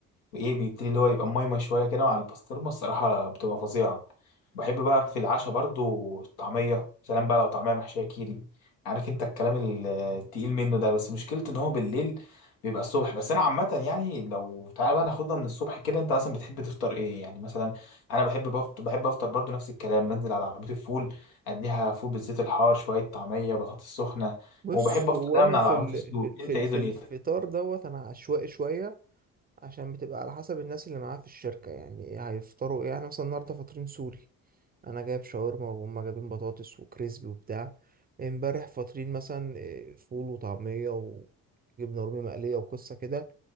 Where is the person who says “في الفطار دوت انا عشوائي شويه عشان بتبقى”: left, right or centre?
Right